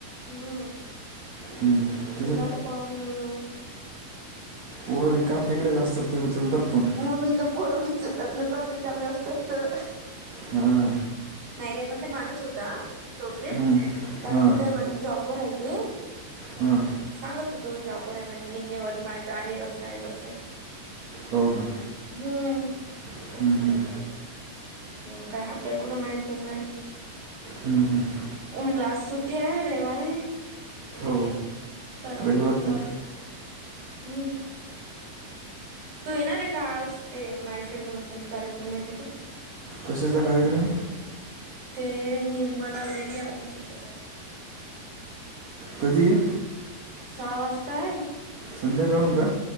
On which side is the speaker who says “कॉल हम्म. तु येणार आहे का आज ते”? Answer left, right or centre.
Right